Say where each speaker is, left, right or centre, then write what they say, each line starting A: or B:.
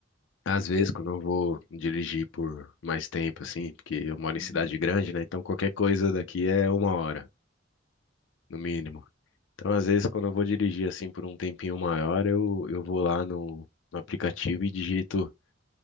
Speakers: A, on the left; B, on the left.
A: Às
B: não
A: vezes,
B: sei.
A: quando eu vou dirigir por mais tempo, assim, porque eu moro
B: Uhum.
A: em cidade grande, né? Então qualquer coisa daqui é uma hora, no mínimo. Então, às vezes, quando eu vou dirigir, assim, por um tempinho maior, eu, eu vou lá no, no aplicativo e digito